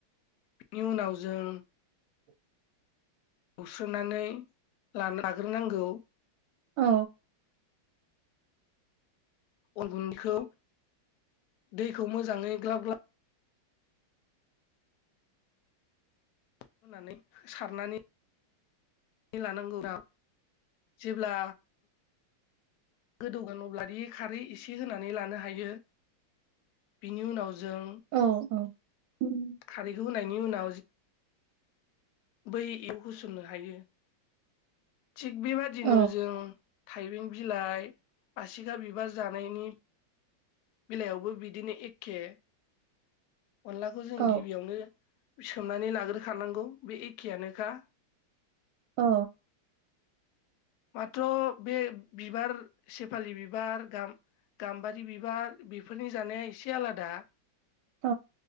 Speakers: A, on the left; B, on the right.
A: बिनि उनाव जों
B: <inaudible>
A: एवस्रोनानै ला-। लाग्रोनांगौ
B: औ।
A: अन गुनदैखौ दैखौ मोजाङै ग्लाब ग्लाब होनानै हो- सारनानै लानांगौ जेब्ला गोदौगोन अब्लादि खारै एसे होनानै लानो हायो बिनि उनाव जों
B: औ उम,
A: खारैखौ होनायनि उनाव बै याव होसननो हायो। थिग बेबादिनो
B: औ
A: जों थाइबें बिलाइ बासिखा बिबार जानायनि बेलायावबो बिदिनो एखे। अनलाखौ जों
B: औ
A: गिबियावनो सोमनानै लाग्रोखानांगौ बे एखेयानोखा।
B: औ।
A: माथ्र' बे बिबार सेफालि बिबार गाम- गामबारि बिबार बेफोरनि जानाया एसे आलादा
B: औ